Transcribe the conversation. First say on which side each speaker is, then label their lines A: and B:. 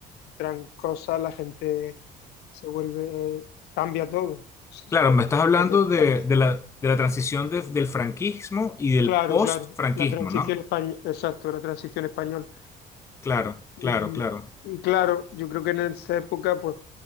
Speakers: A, on the left; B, on the left.
A: entran cosas, la gente se vuelve, cambia todo. Sí,
B: Claro, me estás hablando
A: Pues de
B: de,
A: tant-
B: de la, de la transición de- del franquismo y del
A: claro,
B: post-franquismo,
A: claro, la transición
B: ¿no?
A: española, exacto, la transición española.
B: Claro,
A: Y,
B: claro, claro,
A: y claro, yo creo que en esa época pues